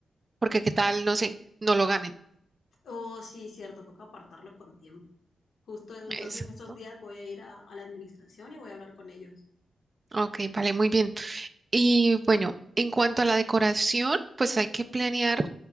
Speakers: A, on the right; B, on the left.
A: porque qué tal, no sé, no lo ganen.
B: Oh, sí, cierto, toca apartarlo con tiempo. Justo entonces
A: Exacto.
B: en estos días voy a ir a, a la administración y voy a hablar con ellos.
A: Ok, vale, muy bien. Y bueno, en cuanto a la decoración, pues hay que planear.